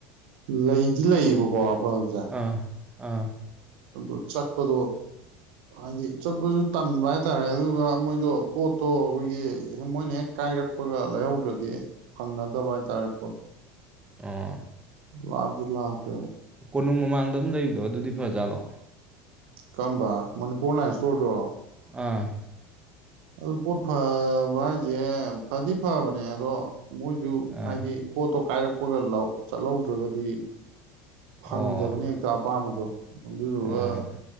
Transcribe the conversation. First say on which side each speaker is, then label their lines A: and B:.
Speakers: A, on the right; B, on the right.
A: ꯂꯩꯗꯤ ꯂꯩꯌꯦꯕꯀꯣ ꯑꯐꯁꯦ ꯑ
B: ꯑꯥ ꯑꯥ
A: ꯑꯗꯨꯗꯨ ꯆꯠꯄꯗꯨ ꯍꯥꯏꯗꯤ ꯆꯠꯄꯁꯨ ꯇꯟꯕ ꯍꯥꯏꯇꯥꯔꯦ ꯑꯗꯨꯒ ꯃꯣꯏꯗꯣ ꯄꯣꯠꯇꯣ ꯑꯩꯈꯣꯏꯒꯤ ꯃꯣꯏꯅ ꯍꯦꯛ ꯀꯥꯏꯔꯛꯄꯒ ꯂꯩꯍꯧꯗ꯭ꯔꯗꯤ ꯐꯪꯅꯗꯕ ꯍꯥꯏꯇꯥꯔꯦ ꯄꯣꯠꯇꯨ
B: ꯑ
A: ꯋꯥꯞꯖꯜꯂꯥ ꯍꯥ ꯄꯦ
B: ꯀꯣꯅꯨꯡ ꯃꯃꯥꯡꯗ ꯑꯃꯝ ꯂꯩꯕꯗꯣ ꯑꯗꯨꯗꯤ ꯐꯖꯥꯠꯂꯣ
A: ꯀꯝꯕ ꯃꯅꯤꯄꯨꯔ ꯂꯥꯏꯟ ꯏꯁꯇꯣꯔꯗꯣ
B: ꯑꯥ
A: ꯑꯗꯨ ꯄꯣꯠ ꯐꯕ ꯍꯥꯏꯁꯦ ꯐꯗꯤ ꯐꯕꯅꯦ ꯑꯗꯣ ꯃꯣꯏꯁꯨ
B: ꯑꯥ
A: ꯍꯥꯏꯗꯤ ꯄꯣꯠꯇꯣ ꯀꯥꯏꯔꯛꯄꯒ ꯆꯠꯍꯧꯗ꯭ꯔꯒꯗꯤ ꯐꯪꯗꯕꯅꯤ
B: ꯑꯣ
A: ꯍꯦꯛꯇ ꯑꯄꯥꯝꯕꯗꯣ ꯑꯗꯨꯗꯨꯒ
B: ꯑꯥ